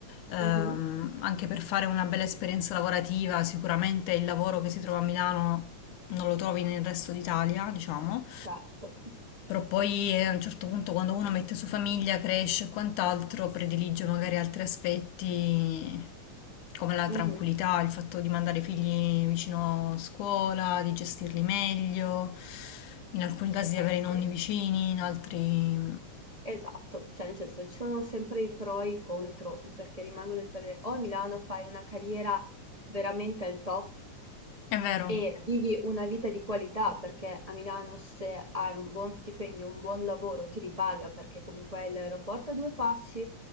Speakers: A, on the left; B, on the right.
A: ehm,
B: Mhm,
A: anche per fare una bella esperienza lavorativa, sicuramente il lavoro che si trova a Milano non lo trovi nel resto d'Italia, diciamo.
B: certo.
A: Però poi eh, a un certo punto quando uno mette su famiglia, cresce e quant'altro, predilige magari altri aspetti come la
B: Mhm,
A: tranquillità, il fatto di mandare i figli vicino a scuola, di gestirli meglio, in alcuni casi di
B: Eh
A: avere
B: sì.
A: i nonni vicini, in altri...
B: Esatto, cioè nel senso ci sono sempre i pro e i contro, perché rimango del parere o a Milano fai una carriera veramente al top
A: È vero,
B: e vivi una vita di qualità, perché a Milano se hai un buon stipendio, un buon lavoro ti ripaga, perché comunque hai l'aeroporto a due passi,